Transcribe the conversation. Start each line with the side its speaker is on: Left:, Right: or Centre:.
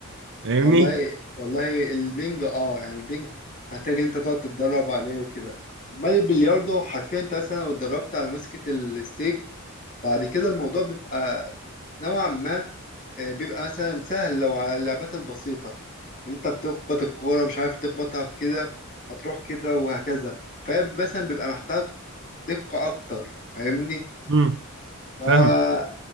Right: فاهمني
Left: والله والله البنج اه يعني البنج محتاج ان انت تقعد تتدرب عليه وكده امال البلياردو حرفيا انت مثلا لو اتدربت على مسكة الستيك بعد كده الموضوع بيبقى نوعا ما آه، بيبقى مثلا سهل لو على اللعبات البسيطة اللي انت بتخبط الكورة مش عارف تخبطها في كده هتروح كده وهكذا فهي مثلا بيبقى محتاج دقة أكتر فاهمني
Right: امم
Left: ف
Right: فاهم